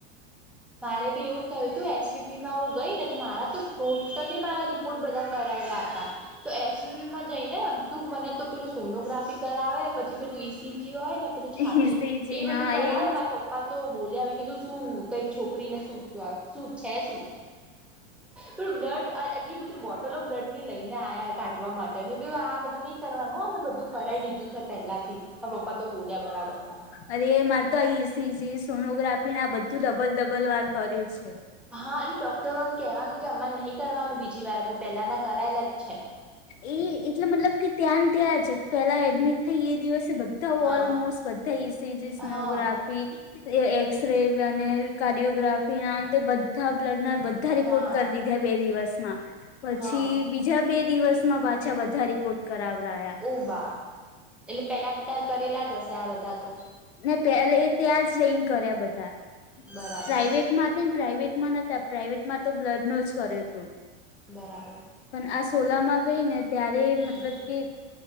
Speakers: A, in the centre; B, on the left (about 85°).
A: મારે બી એવું જ થયું હતું એસવીપી માં હું ગઈ ને તો મારા તો ટોટલી મા. ખૂબ બધા કરાયેલા હતા. તો એસમાં જઈ ને તું મને તો પેલું સોનોગ્રાફી કરાવે પછી. પેલું ઈસી જે હોય ને પેલું છાતીનું
B: ઈસીજી
A: એ બધું
B: હા
A: કરાવે
B: એજ
A: મારા પપ્પા તો બોલ મેં કીધું શું. કઈ છોકરીને શું શું છે શું. પે બ્લડ આ એટલી બધી બોટલો બ્લડની લઈને આવ્યા કાઢવા માટે. તમે કધું આ બધું નઈ કરવાનું અમે બધું કરાવી દીધું છે પહેલા થી આ પપ્પા તો બોલ્યા બરાબરના.
B: અરે મારે તો આ ઈસીજી સોનોગ્રાફી ના બધું ડબલ ડબલ વાર કર્યું છે.
A: હા એ ડોક્ટરોને કેહેવાનું કે અમા નહીં કરવાનું બીજી વાર અમે પેલાના કરાયેલા જ છે.
B: એ એટલે મતલબ કે ત્યાંન ત્યાં છે પેલા એડમિટ. થ એ દિવસે બધા
A: હા
B: ઓલમોસ્ટ બધા એસીજી સોનોગ્રાફ.
A: હા
B: એસ ર અને કાર્ડિયોગ્રાફી ના અંતે બધા બ્લડ નાધા. બ રિપોર્ટ
A: હા
B: કરી દીધા બે દિવસમાં પછી
A: હા
B: બીજા બે. દિવસમાં પાછા બધા રિપોર્ટ. કરાવ રહ્યા.
A: ઓ બાહ એટલે પેલાથી તાર કરેલા જ હશે આ બધા તો.
B: ને પેલે ત્યાં જ રઈન કર્યા બધા
A: બરાબર
B: પ્રાાઈઇવેટમાં હતા ને પ્રાાઈવેટમાં નથી. પ્રાઇવેટમાં તો બ્લડ નો જ કર્યો હતું.
A: બરાલ.
B: પણ આ સોલા માં ગઈ ને ત્યારે
A: હમ
B: મતલબ કે.